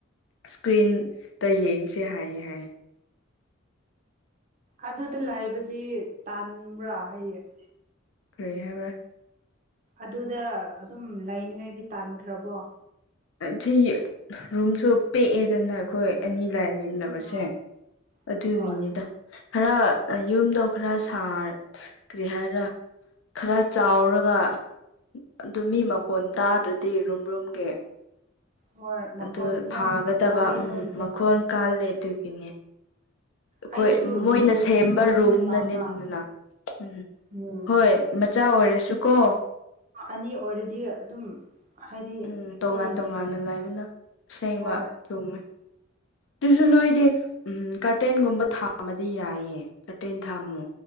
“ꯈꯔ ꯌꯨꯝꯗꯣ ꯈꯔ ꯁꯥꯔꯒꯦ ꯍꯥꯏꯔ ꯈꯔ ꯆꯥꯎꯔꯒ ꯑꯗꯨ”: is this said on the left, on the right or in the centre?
Left